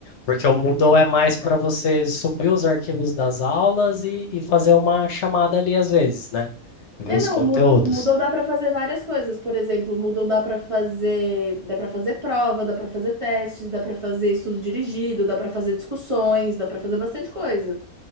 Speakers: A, on the left; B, on the right.
A: Porque o Moodle é mais para você subir os arquivos das aulas e, e fazer uma chamada ali às vezes, né? Ver
B: É,
A: os
B: não,
A: conteúdos.
B: o Moodle, o Moodle dá para fazer várias coisas. Por exemplo, o Moodle dá para fazer, dá para fazer prova, dá para fazer testes, dá para fazer estudo dirigido, dá para fazer discussões, dá para fazer bastante coisa.